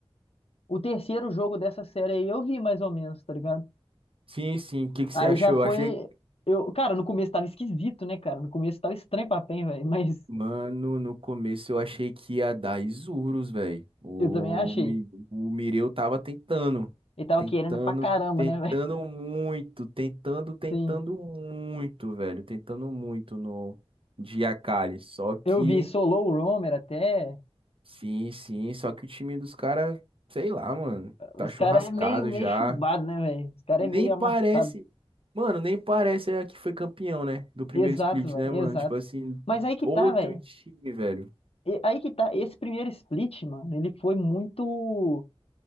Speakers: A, on the left (about 70°); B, on the right (about 60°).
A: o terceiro jogo dessa série aí eu vi mais ou menos, tá ligado?
B: Sim, sim. O que que
A: Aí
B: você achou?
A: já foi.
B: Eu Achei.
A: Eu, cara, no começo tava esquisito, né, cara? No começo tava estranho pra PEN, velho. <laughs> Mas
B: Mano, no começo eu achei que ia dar Isurus, velho. O,
A: eu também achei.
B: Mi- o Mireu tava tentando.
A: Ele tava
B: Tentando,
A: querendo pra caramba,
B: tentando
A: né, <laughs> velho?
B: muito. Tentando, tentando
A: Sim.
B: muito, velho. Tentando muito no de Akali. Só que.
A: Eu vi Solo o Roamer até.
B: Sim, sim. Só que o time dos caras, sei lá, mano.
A: Os
B: Tá churrascado
A: caras é meio, meio
B: já.
A: chumbado, né, velho? Os caras
B: Nem
A: é meio
B: parece.
A: amassado.
B: Mano, nem parece a que foi campeão, né? Do primeiro
A: Exato,
B: split,
A: velho.
B: né, mano?
A: Exato.
B: Tipo assim,
A: Mas aí que
B: outro
A: tá, velho.
B: time, velho.
A: E- Aí que tá. Esse primeiro split, mano, ele foi muito.